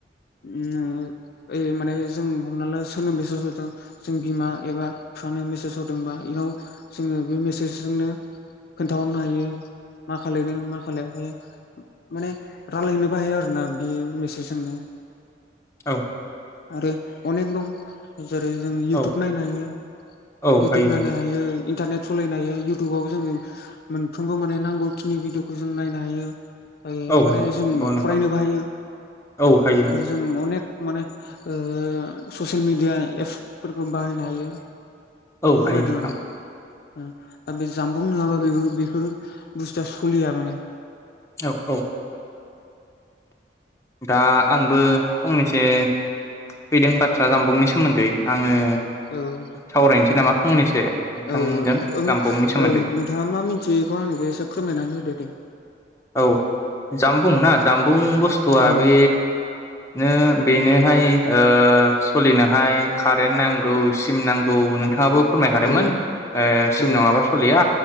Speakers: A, on the left; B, on the left.
A: ओ ओइ माने जों हमना ला सोरनो मिसेज हरदों जों बिमा एबा फिफानो मेसेज हरदोंबा इनाव जोङो बे मेसेजजोंनो खोनथाहरनो हायो। मा खालायदों मा खालायाखै। माने रायलायनोबो हायो आरो ना बे मेसेजोंनो।
B: औ।
A: आरो अनेक दं। जेरै जों इउटुब
B: औ
A: नायनो हायो।
B: औ
A: इउटुब
B: हायो
A: नायनो हायो। इन्टारनेट सलायनो हायो। इउटुबाव जोङो मोन फ्रोमबो माने नांगौखिनि भिडिअखौ जों नायनो हायो। <unintelligible>
B: औ
A: माने जों
B: नंगौ नोंथां
A: फरायनोबो हायो
B: औ हायो
A: आरो
B: नोंथां
A: जों अनेक माने ओ ससियेल मिडिया एपस फोरखौ बाहायनो हायो।
B: औ
A: बेफोरबायदि
B: हायो नोंथां
A: माने उम दा बे जामबुं नङाबा बेबो बे ओ बुस्थुआ सलिया माने
B: औ औ। दा आंबो फंनैसो फैदों बाथ्रा जामबुंनि सोमोन्दै आङो
A: औ
B: सावरायनोसै नामा। फंनैसो नोंथांजों
A: औ ओ ओं
B: जामबुंनि सोमोन्दै
A: ओ नोंथाङा मा मिन्थियो बेखौ आंनोबो एसे फोरमायनानै होदो दे।
B: औ जामबुं ना जाम बुं बुस्थुआ
A: ओं
B: बे नो बेनोहाय ओ सलिनोहाय कारेन्ट नांगौ सिम नांगौ नोंथाङाबो फोरमायखादोंमोन
A: औ
B: ओ सिम
A: औ
B: नङाबा सलिया।